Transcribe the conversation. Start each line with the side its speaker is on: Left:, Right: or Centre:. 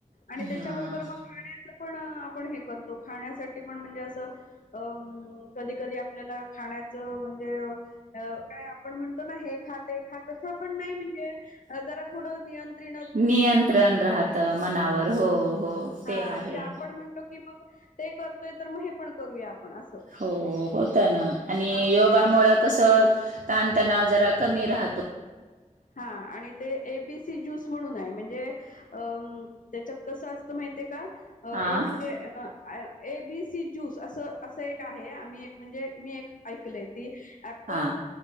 Left: आणि त्याच्याबरोबर
Right: हां,
Left: मग खाण्यात पण आपण हे करतो खाण्यासाठी पण म्हणजे असं अं कधी कधी आपल्याला खाण्याचं म्हणजे अ अ काय आपण म्हणतो ना हे खाते हा तस पण नाही म्हणजे जरा थोडं नियंत्रण
Right: नियंत्रण राहत मनावर हो हो.
Left: हा
Right: ते आहे.
Left: म्हणजे आपण म्हणतो की मग ते करतोय तर मग हे पण करूया आपण अस
Right: हो होत ना आणि
Left: ते
Right: योग गा मुळ कस ताणतणाव जरा कमी राहतो.
Left: हा आणि ते एबीसी ज्यूस म्हणून आहे म्हणजे अ त्याच्यात कसं असतं माहिती ये का
Right: हां,
Left: ए म्हणजे अ ए बी सी ज्यूस असं असं एक आहे आम्ही एक म्हणजे मी एक ऐकलय ते ऍपल
Right: हां,